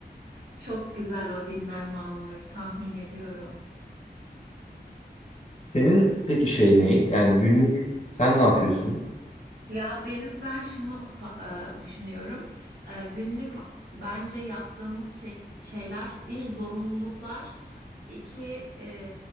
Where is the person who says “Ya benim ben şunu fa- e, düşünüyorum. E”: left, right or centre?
Right